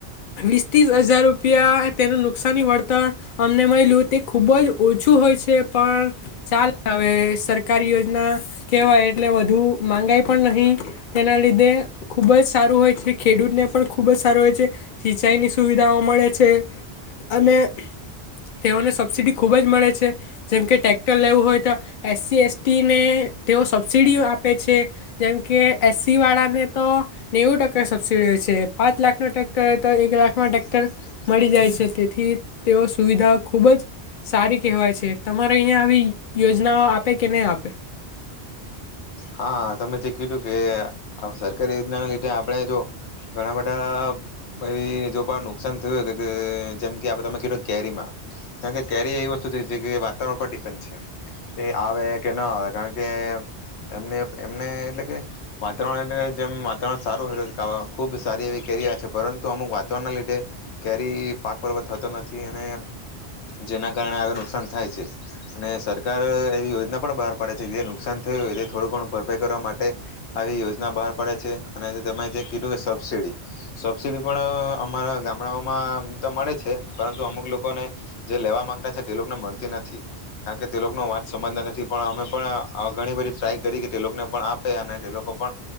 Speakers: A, on the left; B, on the left.
A: વીસ ત્રીસ હજાર રૂપિયા તેનું નુકસની વળતર અમને મળલ્યું તે ખુબ જ ઓછું હોય છે પણ ચાલ હવે સરકારી યોજના કેહેવાય એટલે વધુ માંગાય પણ નહી તેના લીધે ખુબ જ સારું હોય છે ખેડૂતને પણ ખૂબ જ સારો હોય છે સિંચાઈની સુવિધાઓ મળે છે અને તેઓને સબસીિડી ખૂબ જ મળે છે જેમકે ટટેક્ટર લેવું હોય તો એસસી એસટીને તેઓ સબસિડી આપે છે જેમકે એસસીવાળાને તો નેવું ટકા સબસિડી હોય છે પાંચ લાખ નો ટટેક્ટર હોય તો એક લાખમાં ટ્રેક્ટર મળી જાય છે તેથી તેઓ સુવિધા ખુબ જ સારી કહેવાય છે તમારે અહિયાયા આવી યોજનાઓ આપે કે નહી આપે
B: હા તમે જે કીધું કે સરકારી યોજનાના લીધે આપણે જો ઘણા બધા એવી જો પણ નુકસાન થયું કે જેમ કે આપ તમે કીધું કેરીમાં કારણ કે કેરી એવી વસ્તુ છે જે વાતાવરણ પર ડિપેન્ડ છે કે આવે કે ના આવે કારણ કે એ એમને એટલે કે વાતાવરણ એટલે જેમ વાતાવરણ સારું ખુબ સારી એવી કેરી આવે છે પરંતુ અમુક <unintelligible> લીધે કેરી પાક પર્વ થતો નથી અને જેના કારણે હવે નુકસાન થાય છે અને સરકાર એવી યોજના પણ બહાર પાડે છે જે નુકસાન થયું હોય થોડું ઘણું ભરપાઈ કરવા માટે આવી યોજના બહાર પડે છે અને તેમે જે કીધું કે સબસિડી સબસિડી પણ અમારા ગામડાઓમાંમ તો મળે છે પરંતુ અમુક લોકોને જે લેવા માંગતા છે તે લોકોને મળતી નથી કારણ કે તે લોકોનો વાત સમજતા નથી પણ અમે પણ ઘણી બધી ટ્રાય કરી તે લોકોને પણ આપે અને તે લોકો પણ